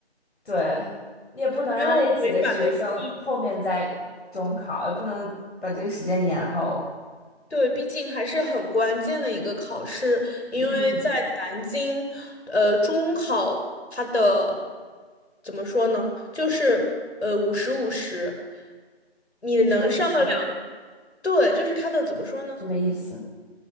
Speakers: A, on the left; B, on the left.
A: 对，你也不能让那几个学生后面再中考，
B: 没有回转的余地。
A: 也不能把这个时间延后，
B: 对，毕竟还是很关键的一个考试，因为在南京，
A: 嗯，
B: 呃，中考它的怎么说呢，就是呃五十五十，你能上得了，
A: 五十五十。五十
B: 对，就是它的怎么说呢，
A: 什么意思